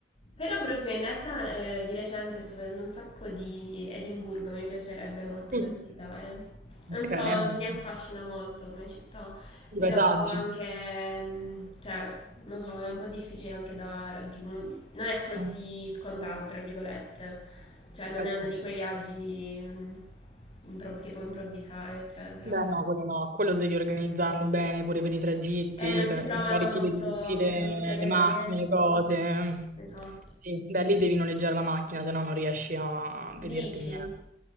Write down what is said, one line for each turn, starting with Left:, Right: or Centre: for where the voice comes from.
Left: Però proprio in realtà eh, di recente sto vedendo un sacco di Edimburgo, mi piacerebbe molto
Right: Mm.
Left: da visitare. Non
Right: Ok,
Left: so,
Right: allora,
Left: mi affascina molto come città,
Right: i
Left: però
Right: paesaggi.
Left: anche, mm, cioè, non so, è un po' difficile anche da raggiungere. Non è così
Right: Mm,
Left: scontato, tra virgolette. Cioè, non
Right: eh
Left: è
Right: sì.
Left: uno di quei viaggi mm, improv- che puoi improvvisare, eccetera.
Right: Beh, no, quello no, quello devi organizzarlo bene pure per i tragitti,
Left: Eh, non si
Right: perché
Left: trovano
Right: magari
Left: molto,
Right: ti vedi tutte le,
Left: con molti collegamenti,
Right: le macchine, le cose.
Left: ne so.
Right: Sì, beh, lì devi noleggiare la macchina, se no non riesci a vederti
Left: Dici?
Right: niente.